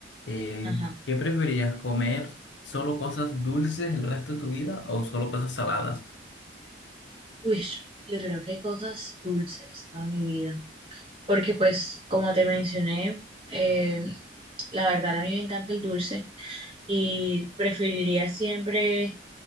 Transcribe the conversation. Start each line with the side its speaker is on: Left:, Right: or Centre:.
Left: Eh,
Right: ajá.
Left: ¿qué preferirías, comer solo cosas dulces el resto de tu vida o solo cosas saladas?
Right: Uy, yo creo que cosas dulces toda mi vida. Porque pues, como te mencioné, eh, la verdad a mí me encanta el dulce y preferiría siempre